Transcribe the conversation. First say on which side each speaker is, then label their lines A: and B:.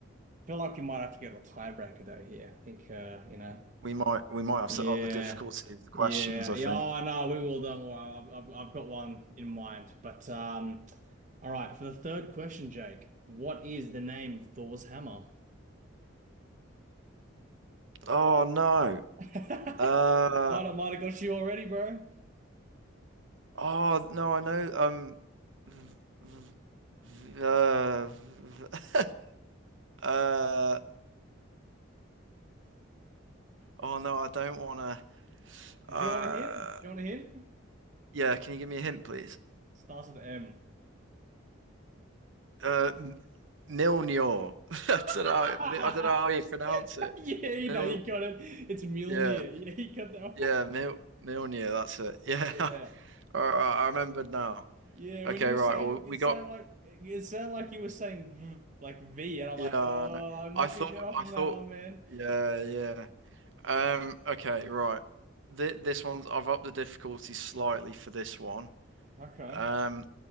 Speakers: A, on the right; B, on the right.
A: Feel like we might have to go to a tiebreaker though here. I think, uh, you know.
B: We might we might have
A: Yeah,
B: set up the difficulty of the questions,
A: yeah,
B: I
A: yeah.
B: think.
A: Oh no, we will. Don't worry. I've, I've I've got one in mind. But um, all right. For the third question, Jake, what is the name of Thor's hammer?
B: Oh no.
A: <laughs>
B: Uh
A: Might have, might have got you already, bro.
B: oh no, I know um v- v- v- uh, v- <laughs> uh oh no, I don't wanna
A: Do
B: uh
A: you want a hint? Do you want a hint?
B: yeah, can you give me a hint please?
A: Starts with M.
B: Uh M- Milnor. <laughs> I
A: <laughs>
B: don't know I don't know how you pronounce it.
A: Yeah, you
B: Mil
A: know, you got it. It's Mjolnir.
B: yeah,
A: You know, you got that one.
B: yeah, Mil Milnir, that's it. Yeah.
A: <laughs> Yeah.
B: <laughs> I, I I remembered now.
A: Yeah,
B: Okay,
A: when you were
B: right.
A: saying
B: Well,
A: it
B: we got
A: sounded like it sounded like you were saying v, like V, and I'm
B: yeah.
A: like, oh,
B: no.
A: I might
B: I thought
A: be a bit off
B: I
A: on
B: thought
A: that one, man.
B: yeah, yeah. Um. Okay, right. Th this one's I've upped the difficulty slightly for this one.
A: Okay.
B: Um.